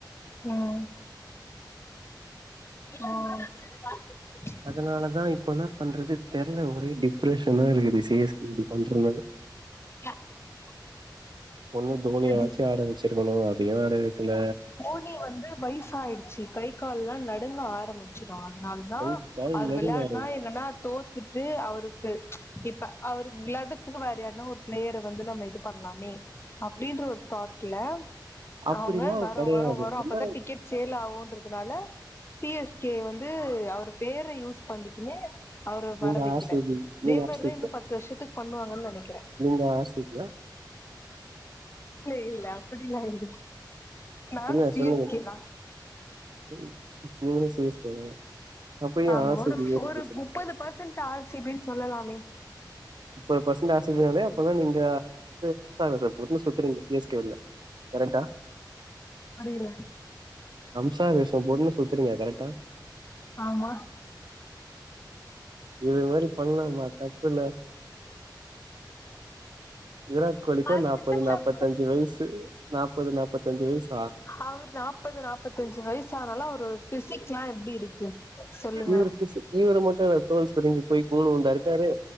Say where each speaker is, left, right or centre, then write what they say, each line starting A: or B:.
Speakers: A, on the left; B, on the right.
A: ம் ஓ <unintelligible>
B: அதனாலதா இப்பன்னா பண்றது தெர்ல ஒரே டி ஃப்ரெஷராருக்குது சி எஸ் கே இப்டி பண்றனால
A: <unintelligible>
B: ஒண்ணு தோனியவாச்சு
A: அடி
B: ஆட வச்சிருக்கனு அதையு ஆட வெக்கல
A: தோனி வந்து வய்சாய்டுச்சி கை கால்லா நடுங்க ஆரம் ச்சுடு அத்னால் தா
B: கை கால்
A: அவர்
B: நடுங்க
A: வெளாட்னா
B: ஆரம்பிச்சு
A: என்னன்னா தோ த்துட்டு அவருக்கு இப்ப அவரு விளாட்றத்துக்கு வேற யார்ன்னா ஒரு ப்ளேயர வந்து நம்ம இது பண்லாமே அப்டின்ற ஒரு தாட்ல
B: அப்டிலா
A: அவங்க வரு
B: கெடையாது
A: வரு வரு அப்பதா
B: என்ன
A: டிக்கெட் சேல் ஆகுன்றதுனால சி எஸ் கே வந்து அவுரு பேர யூஸ் பண்ணிக்கினு அவரு வர
B: நீங்க
A: வெக்கல
B: ஆர் சி பி
A: இதே
B: நீங்க
A: மாரிதா
B: ஆர் சி
A: இன்னு பத்து வருஷத்துக் பண்ணுவாங்கன் நெனக்கிறே
B: வாசி ஏ
A: இல்ல இல்ல அப்படில்லா இல்ல நானு
B: இல்ல
A: சி
B: சொல்லுங்க
A: எஸ் கே தா
B: <unintelligible> நீங்களு சி எஸ் கே வா அப்ப ஏ
A: ஆமா
B: ஆர்
A: ஒரு
B: சி பி
A: ஃப்
B: பத்தி
A: ஒரு
B: பேசுறீங்க
A: முப்பது பர்சன்ட் ஆர் சி பி ன் சொல்லலாமே
B: முப்பது பசன்ட் ஆர் சி பி ன்னாலே அப்பதா நீங்க து <unintelligible> ஒரு பூவ சுத்துறீங்க சி எஸ் கே உள்ள கரெக்ட்டா
A: அது இல்ல
B: அம்சா வேஷோ போட்னு சுத்துறீங்க கரெக்டா
A: ஆமா
B: இது மாரி பண்லாமா தப்பில்ல விராட் கோலிக்கூ
A: அது
B: நாப்பது
A: என்ன
B: நாப்பத்தஞ்சு
A: தப்பு
B: வயிசு நாப்பது நாப்பத்தஞ்சு வயிசு
A: அவுர் நாப்பது நாப்பத்தஞ்சு வய்சானாலு அவுரு ஃபிசிக்லா எப்டி இருக்கு சொல்லுங்க
B: இவுரு ஃபிசிக் இவரு மட்டு என்ன தோல் சுருங்கிப் போய் கூன் உழ்ந்தா இருக்காரு